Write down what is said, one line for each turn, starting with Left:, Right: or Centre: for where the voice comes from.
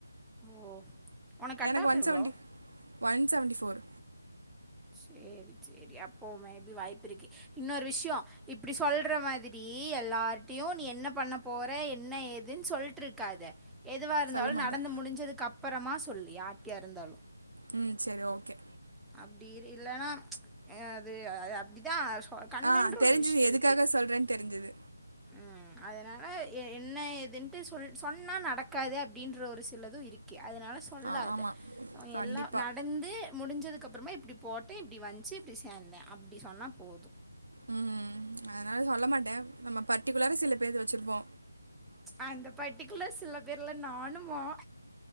Centre: ஓ! உனக்கு கட்
Right: எனக்கு
Centre: ஆஃப்
Right: ஒன்
Centre: எவ்ளோ?
Right: சவன்டி ஒன் சவன்டி ஃபோர்
Centre: சேரி சேரி அப்போ மே பி வாய்ப்பு இருக்கு இன்னொரு விஷ்யோ இப்டி சொல்ற மாதி டி எல்லார்ட்டியு நீ என்ன பண்ண போற என்ன ஏதுன் சொல்ட்ருக்காத எதுவா இருந்தாலு
Right: சொல்ல மாட்டே
Centre: நடந்து முடுஞ்சதுக்கப்பறமா சொல்லு யார்ட்டியா இருந்தாலு
Right: ம் செரி ஓகே
Centre: அப்டி இல்லன்னா அது அது அப்டிதா சொ கண்ணுன்ற
Right: ஆ தெரிஞ்சுது
Centre: ஒரு விஷயம்
Right: எதுக்காக
Centre: இருக்கு.
Right: சொல்றேன் தெருஞ்சுது
Centre: ம் அதுனால எ என்ன ஏதுன் டு சொல் சொன்னா நடக்காது அப்டின்ற ஒரு சிலது இருக்கே அதுனால சொ சொல்லாத
Right: ஆ ஆமா கண்டிப்பா
Centre: எல்லா நடந்து முடுஞ்சதுக்கப்பறமா இப்டி போட்டே இப்டி வந்ச்சு இப்டி சேந்தே அப்டி சொன்னா போது
Right: ம் அதுனால சொல்ல மாட்டே நம்ம பர்டிகுலரா சில பேரு வச்சுருப்போ
Centre: அந்த பர்ட்டிகுலர் சில பேர்ல நானுமா